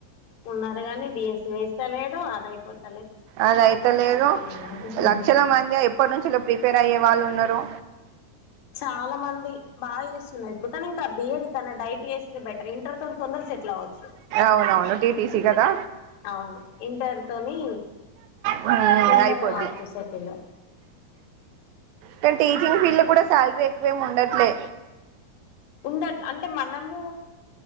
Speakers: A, on the left; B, on the right.
A: ఉన్నారు గాని డీఎస్సీ వేస్త లేడు అదయిపోతే
B: అద అయితేలేదు
A: ఉన్నది
B: లక్షల మంది ఎప్పటి నుంచి ప్రీ రిపేర్ అయ్యే వాళ్ళు ఉన్నారు
A: చాలా మంది బాగా చేస్తున్నాయి ఇకని ఇంకా బిఎడ్ కన్నా డైటీ వేసింది బెటర్ ఇంటర్ తోనీ తొందరగా సెటిల్ అవచ్చు
B: అవునవును టీటీసీ కదా
A: అవును ఇంటర్ తోని
B: మ్మ్
A: తుందరగావచ్చు
B: అయిపోద్ది
A: సెటిల్
B: కానీ టీచింగ్ ఫీల్డ్ లో కూడా శాలరీ ఎక్కువేమి ఉండట్లే
A: ఉండదు అంటే మనము